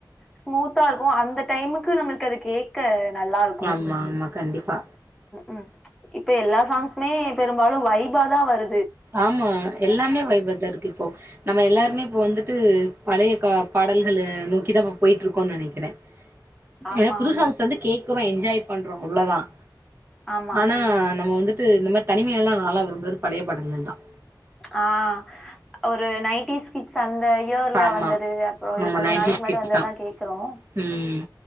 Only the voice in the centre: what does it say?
ஸ்மூத்தா இருக்கும் அந்த டைமுக்கு நம்மளுக்கு அது கேக்க நல்லா இருக்கு
ம் இப்ப எல்லா சாங்ஸுமே பெரும்பாலும் வைபா தான் வரு
ம்
ஆமா
ஆமா
ஆமா
ஆஹ் ஒரு நைன்டிஸ் கிட்ஸ் அ இந்த இயர்ல
வந்தது அப்புறம்
இது கொஞ்ச
நாளைக்கு முன்னாடி
வந்ததுதான்
கேக்குறோம்